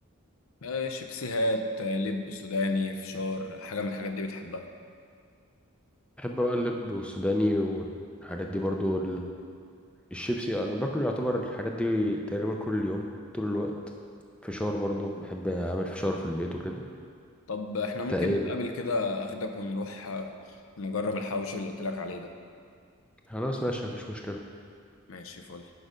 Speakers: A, on the left; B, in the centre.
A: آه شيبسيهات آه لب سوداني فشار حاجة من الحاجات دي بتحبها
B: بحب بقى اللب والسوداني والحاجات دي برضو الشيبسي انا باكل يعتبر الحاجات دي تقريبا كل يوم طول الوقت فشار برضو بحب اعمل فشار في البيت وكده
A: طب احنا ممكن
B: تقل
A: نتقابل كده اخدك ونروح آه، نجرب الحوش اللي قلت لك عليه ده
B: خلاص ماشي مفيش مشكله
A: ماشي فل